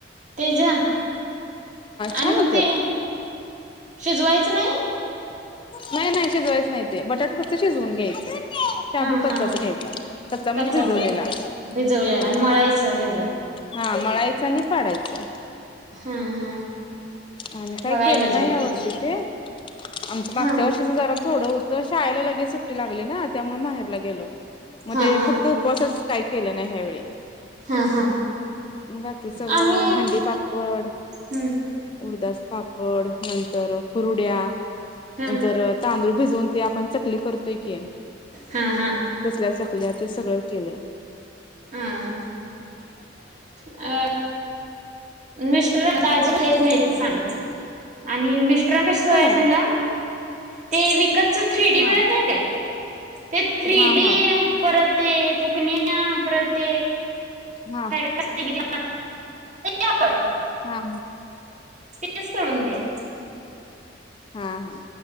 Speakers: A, on the right; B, on the left.
A: तेजा आणि
B: छान
A: मग
B: होत्यात.
A: ते शिजवायचं नाही.
B: नाही, नाही शिजवायच नाही ते बटाटा फक्त शिजवून घ्यायचं. शाबू
A: हा
B: कच्चा
A: हा
B: च घ्यायचा कच्चा म्हणजे
A: कच्चाच
B: भिजवलेला
A: घ्या भिजवलेला
B: हा.
A: आणि मळायचं त्याचा
B: हा मळायचं आणि पाडायचं.
A: हा हा
B: आम्ही काय
A: बघायला
B: केलं
A: पाहिजे
B: नाही
A: करून
B: यावर्षी ते. आमचं मागच्या
A: हा
B: वर्षीचं जरा थोडं होतं शाळेला लगेच सुट्टी लागली ना त्यामुळ माहेरला. केल म
A: हा
B: ते
A: हा
B: फक्त उपवासा. काही केलं नाही ह्या वेळी.
A: हा हा
B: बाकी सगळं
A: आम्ही
B: हंडीपापड
A: हम्म
B: उडदाच. <inaudible> पापड नंतर कुरडया.
A: हा
B: नंतर तांदूळ. भिजवून ते आपण चकली करतोय की.
A: हा हा
B: तसल्या चकल्या ते सगळं केलंय
A: हा हा अ मिस्टर <unintelligible> सांगायच आणि मिस्टर <unintelligible> सांगा
B: होय
A: ते विकतच थ्री डी
B: हा
A: मिळत नाही काय ते थ्रीडी
B: हा हा
A: परत ते फुकण्या फुकण्या परत ते
B: हा
A: काय असते की <unintelligible>
B: हा
A: ते सोडून द्या
B: हा हा